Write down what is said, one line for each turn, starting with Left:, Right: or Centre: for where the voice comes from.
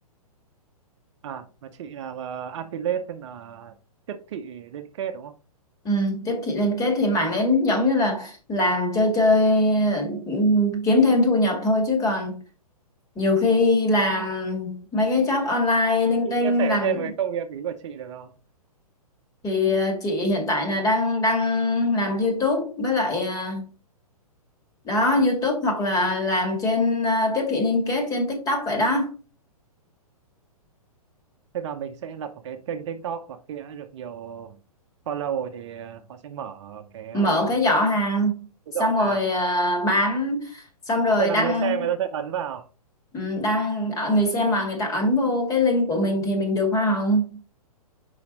Right: À, mà chị làm uh, affiliate tức là tiếp thị liên kết đúng không?
Left: ừ, tiếp thị liên kết thì mảng đấy giống như là làm chơi chơi ừ, kiếm thêm thu nhập thôi chứ còn nhiều khi làm mấy cái job online linh
Right: Chị
Left: tinh
Right: chia sẻ
Left: làm
Right: thêm về cái công việc ý của chị được không?
Left: thì ờ, chị hiện tại là đang đang làm YouTube với lại ờ, đó YouTube hoặc là làm trên ờ, tiếp thị liên kết trên TikTok vậy đó
Right: Tức là mình sẽ lập một cái kênh TikTok và khi đã được nhiều follow rồi thì ờ, họ sẽ mở cái, ờ,
Left: mở cái giỏ hàng
Right: cái
Left: xong
Right: giỏ
Left: rồi
Right: hàng.
Left: ờ, bán xong rồi
Right: Tức là
Left: đăng
Right: người xem người ta sẽ ấn vào.
Left: ừ, đăng ờ, người xem mà người ta ấn vô cái link của mình thì mình được hoa hồng